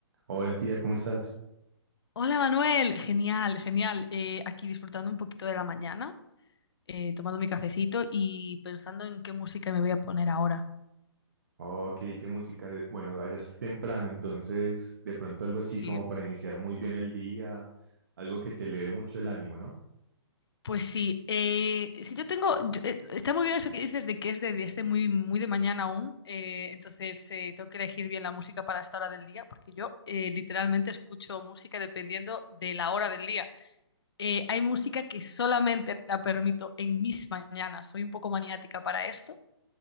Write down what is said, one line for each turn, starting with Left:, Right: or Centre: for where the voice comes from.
Right: Hola, tía, ¿cómo estás?
Left: Hola Manuel, genial, genial. Eh, aquí disfrutando un poquito de la mañana, eh, tomando mi cafecito y pensando en qué música me voy a poner ahora.
Right: Oh, Ok, qué música. eh, Bueno, allá está temprano, entonces de pronto algo así
Left: Sí,
Right: como para iniciar muy bien el día, algo que te eleve mucho el ánimo, ¿no?
Left: pues sí. eh, es que yo tengo, yo- eh, está muy bien eso que dices de que es de, de este muy, muy de mañana aún. eh, entonces eh, tengo que elegir bien la música para esta hora del día, porque yo eh, literalmente escucho música dependiendo de la hora del día. Eh, hay música que solamente la permito en mis mañanas. Soy un poco maniática para esto.